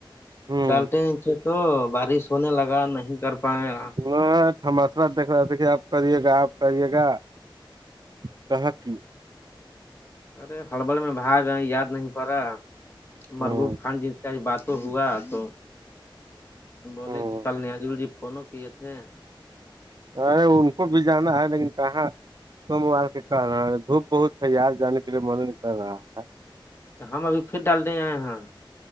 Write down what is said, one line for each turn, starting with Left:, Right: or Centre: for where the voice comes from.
Right: ہوں
Left: ڈالتے ہیں تو بارش ہونے لگا نہیں کر پائے گا
Right: ہ تھماسا دیکھ رہا دیکھے آپ کرے گا آپ کریے گا <unintelligible>
Left: ارے ہلبل میں بھاگئے یاد نہیں پ رہا مربوب
Right: ہوں
Left: خان جی کا بات تو ہوا تو بولے
Right: ہوں
Left: کہ کل نجول جی فون کیے تھے
Right: ارے ان کو بھی جانا ہے لیکن کہاں موبار کے کہ رہا ہے دھوپ بہت ہے یار جانے کے لیے من نہیں کر رہا ہے
Left: ہم ابھی پھر ڈال رہے ہیں آ یہاں